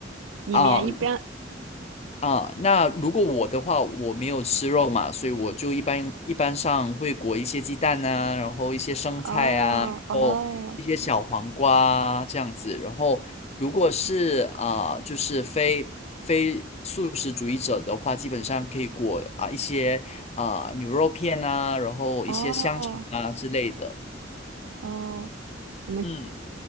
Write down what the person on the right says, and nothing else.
里面一般，
哦哦
哦哦。什么？